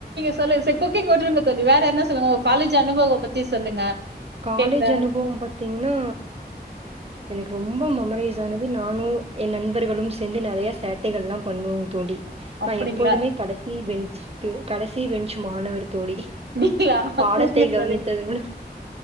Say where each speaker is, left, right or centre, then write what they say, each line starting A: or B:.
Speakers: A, on the right (about 80°); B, on the right (about 35°).
A: சொல்லுங் செரி குக்கிங் உட்டுருங்க தோழி வேற ஏன்னா சொல்லுங்க உங்க காலேஜ் அனுபகோ பத்தி சொல்லுங்க
B: காலேஜ்
A: கேக்குறே
B: அனுபவம் பாத்தீங்னா என ரொம்போ மொமரைஸ் ஆனது நானு என் நண்பர்களும் சேந்து நெறையா சேட்டைகள்லா பண்ணுவோ தோழி
A: அப்டிங்களா
B: நா எப்போல்துமே கடைசி பெஞ்சு சு கடைசி பெஞ்சு மாணவர் தோழி
A: நீங்களா
B: பாடத்தை
A: சரிங்க
B: கவனித்தது
A: தோழி
B: உட